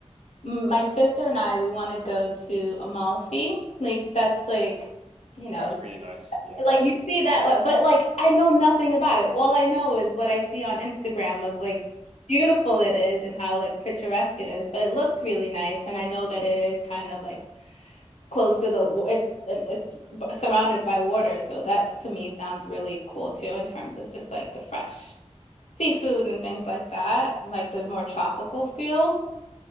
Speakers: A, on the left (about 70°); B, on the right (about 65°).
A: m- my sister and I, we want to go to Amalfi. Like that's like, you know,
B: <laughs> That's really nice. Yeah, Malfi.
A: like you see that, one, but like I know nothing about it. All I know is what I see on Instagram of like. Beautiful it is and how like picturesque it is, but it looks really nice. And I know that it is kind of like close to the it's and it's surrounded by water, so that to me sounds really cool too in terms of just like the fresh seafood and things like that, and like the more tropical feel.